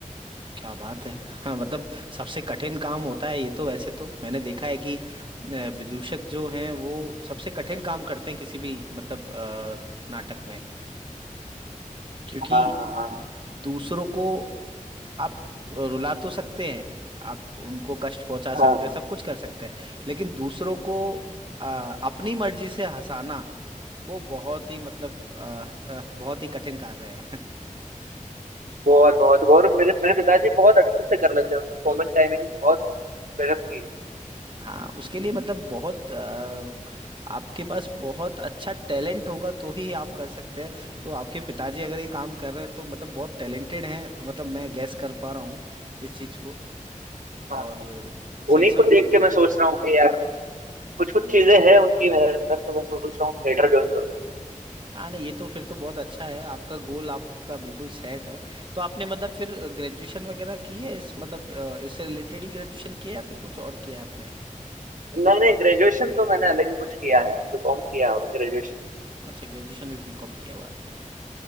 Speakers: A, on the right; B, on the right.
A: क्या बात है हाँ मतलब सबसे कठिन काम होता है ये तो वैसे तो मैंने देखा है कि अ, विदूषक जो हैं वो सबसे कठिन काम करते हैं किसी भी मतलब अ, नाटक में क्योंकि
B: हाँ हाँ
A: दूसरों को आप रुला तो सकते हैं आप उनको कष्ट पहुंचा सकते
B: हाँ
A: हैं सब कुछ कर सकते हैं लेकिन दूसरों को अ, अपनी मर्जी से हंसाना वो बहुत ही मतलब अ, <laughs> अ, बहुत ही कठिन कार्य है
B: बहुत बहुत और मेरे मेरे पिताजी बहुत अच्छे से कर लेते हैं उनकी कॉमिक टाइमिंग बहुत गजब की है
A: हाँ उसके लिए मतलब बहुत अ, आपके पास बहुत अच्छा टैलेंट होगा तो ही आप कर सकते हैं तो आपके पिताजी अगर ये काम कर रहे हैं तो मतलब बहुत टैलेंटेड हैं मतलब मैं गैस कर पा रहा हूँ इस चीज को और
B: हाँ
A: सेंस
B: उन्हीं
A: ऑफ
B: को देख
A: ह्यूमर
B: के मैं सोच रहा हूँ कि यार कुछ कुछ
A: हम्म
B: चीजें हैं उनकी मेरे अंदर तो मैं सोच रहा हूँ थिएटर ज्वाइन करूँ
A: हाँ नहीं ये तो फिर तो बहुत अच्छा है आपका गोल आपका बिल्कुल सेट है तो आपने मतलब फिर ग्रेजुएशन वगैरह की है इस मतलब अ, इससे रिलेटेड ही ग्रेजुएशन किया है या फिर कुछ और किया है आपने
B: मैंने ग्रेजुएशन तो मैंने अलग ही कुछ किया है बीकॉम किया हुआ ग्रेजुएशन
A: अच्छा ग्रेजुएशन में बीकॉम किया हुआ है आपने